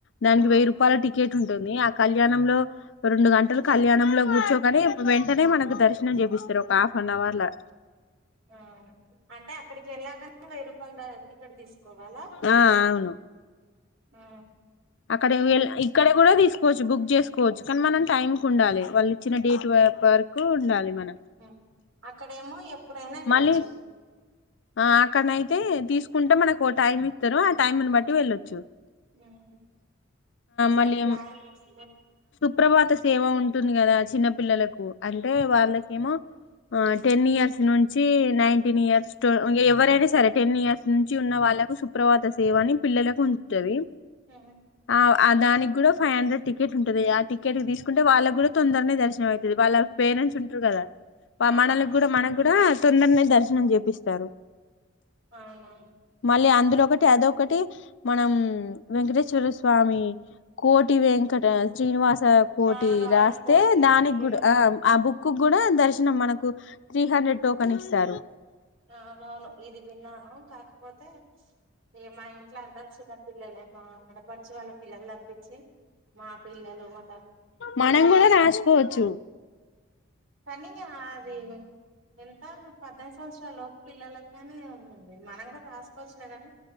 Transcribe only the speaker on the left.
దానికి
వెయ్యి రూపాయల టికెట్ ఉంటుంది ఆ కళ్యాణంలో రెండు గంటలు కళ్యాణంలో కూచో కానీ వెంటనే మనకు దర్శనం చేపిస్తారు ఒక హాఫ్ నఅవర్లా
ఆ అవును
అక్కడ వెళ్ ఇక్కడే కూడా తీసుకోవచ్చు బుక్ చేస్ కోవచ్చు కానీ మనం టైం కు ఉండాలి వాళ్ళు ఇచ్చిన డేట్ వరకు ఉండాలి మన్
మళ్ళీ ఆ అక్కడనైతే తీసుకుంటే మనకు ఓ టైమ్ ఇతరు ఆ టైంని బట్టి వెళ్ళచ్చు
మళ్ళీ
సుప్రభాత సేవ ఉంటుంది కదా చిన్న పిల్లలకు అంటే వాళ్ళకేమో ఆ టెన్ ఇయర్స్ నుం చి నైన్టీన్ ఇయర్స్ ఎవరైనా సరే టెన్ ఇయర్స్ నుంచి ఉన్న వాళ్ళకు సుప్రభాత సేవ అని పిల్లలకు ఉంటది
ఆ ఆ దానికి కూడా ఫైవ్ హండ్రెడ్ టికెట్ ఉంటది ఆ టికెట్ తీసుకుంటే వాళ్ళకి కూడా తొందరనే దర్శనం అయితది వాళ్ళ పేరెంట్స్ ఉంటరు కదా ఆ
మనలకూడా మనకు కూడా తొందరనే దర్శనం చేపిస్తారు
మళ్ళీ అందులో ఒకటి అదొకటి మనం వెంకటేశ్వర స్వామి కోటి వెం కట శ్రీనివాస కోటి
రాస్తే
దానికి
కూడా ఆ
ఆ బుక్కు కూడా దర్శనం మనకు త్రీ హండ్రెడ్ టోకన్ ఇస్తారు
మనం కూడా రాసుకోవచ్చు